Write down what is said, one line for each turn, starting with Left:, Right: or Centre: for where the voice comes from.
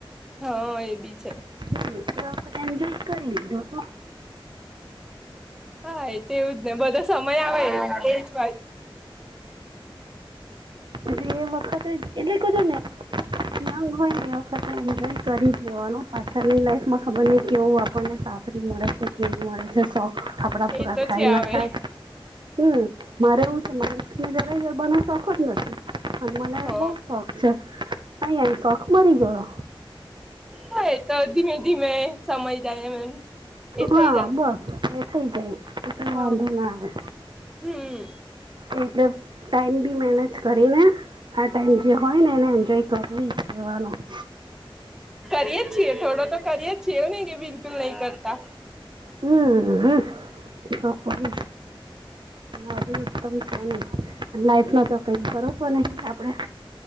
Centre: હા, એ બી છે.
Right: હમ્મ, એ વખતે એન્જોય કરી લીધું
Centre: હા તેવુંજ ને બધો સમય આવે એ જ,
Right: એ વખતે એટલે કો છું ને યંગ હોય એ વખતે એન્જોય કરી જ લેવાનો પાછળની લાઈફમાં ખબર નહી કેવું આપણને સા સહી મળ છે. કેવી મળે છે શોખ આપડા પૂરા
Centre: એ તો
Right: થાય
Centre: છે આવે
Right: ના થાય હમ મારે એવું છે મારે, મને જરાય ગરબા નો શોખ જ નથી પણ મને
Centre: હ
Right: બહુ જ શોખ છે. અહી શોખ મરી ગયો.
Centre: હ એ તો ધીમે ધીમે સમય જાય એમ. એ
Right: હા
Centre: થઈ જાય
Right: બસ એ થઇ જાય એટલો
Centre: હ
Right: વાંધો ના આવે.
Centre: હમ
Right: એટલે ટાઈમ બી મેનેજ કરીને આ ટાઈમ જે હોય ને એને એન્જોય, તરવીવાનું <inaudible>
Centre: કરીએ જ છીએ થોડો તો કરીએ જ છીએ એવું નઈ કે બિલકુલ નહી કરતા.
Right: હમ હ શ કરી... એકદમ છે નહી લાઈફ ન તો કઈ ભરોસો નહી. આપડા